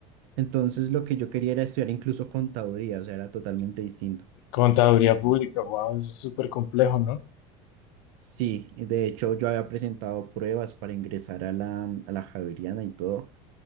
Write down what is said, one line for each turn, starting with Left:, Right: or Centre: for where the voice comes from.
Right: entonces lo que yo quería era estudiar incluso contaduría, o sea, era totalmente distinto.
Left: Contaduría pública, wow, eso es súper complejo, ¿no?
Right: Sí, y de hecho yo había presentado pruebas para ingresar a la, a la Javeriana y todo,